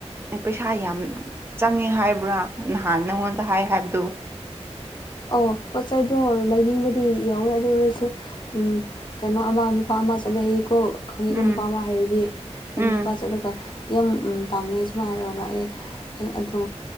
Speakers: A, on the right; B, on the left.
A: ꯄꯩꯁꯥ ꯌꯥꯝ ꯆꯪꯉꯦ ꯍꯥꯏꯕ꯭ꯔꯥ ꯅꯍꯥꯟ ꯅꯪꯉꯣꯟꯗ ꯍꯥꯏ ꯍꯥꯏꯕꯗꯨ
B: ꯑꯧ ꯄꯣꯠ ꯆꯩꯗꯣ ꯂꯩꯅꯤꯡꯕꯗꯤ ꯌꯥꯎꯋꯦ ꯑꯗꯨ ꯑꯣꯏꯔꯁꯨ ꯎꯝ ꯀꯩꯅꯣ ꯑꯃ ꯅꯨꯄꯥ ꯑꯃꯥ ꯆꯠꯂꯦ ꯍꯥꯌꯦꯀꯣ ꯈꯪꯉꯤꯀꯣ
A: ꯎꯝ
B: ꯅꯨꯄꯥ ꯑꯃꯥ ꯍꯥꯏꯔꯗꯤ ꯑꯗꯨ
A: ꯎꯝ
B: ꯅꯨꯄꯥ ꯆꯠꯂꯒ ꯌꯥꯝ ꯇꯥꯡꯉꯦ ꯁꯨꯃꯥꯏ ꯍꯥꯏꯔꯛꯑꯣꯔꯥ ꯑꯩ ꯑꯩ ꯑꯗꯣ